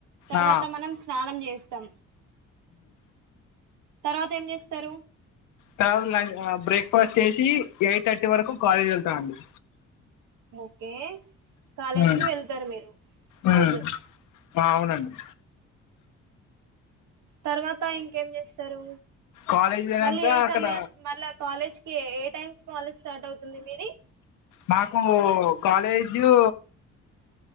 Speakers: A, on the right; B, on the left.
A: తర్వాత
B: ఆ
A: మనం స్నానం చేస్తాం తర్వాత ఏం చేస్తారు
B: తరువాత నేను బ్రేక్ఫాస్ట్ చేసి ఎయిట్ థర్టీ వరకు కాలేజ్ వెళ్తామండి
A: ఓకే కాలేజీకి
B: ఉమ్
A: వెళ్తారు మీరు రోజు
B: ఉమ్ అవునండి
A: తర్వాత ఇంకేం చేస్తారు
B: కాలేజ్ పోయినాక
A: మళ్ళీ ఏ
B: అక్కడ
A: సమయం మళ్ళా కాలేజ్ ఏ టైమ్ కి కాలేజ్ స్టార్ట్ అవుతుంది మీది
B: మాకు కాలేజు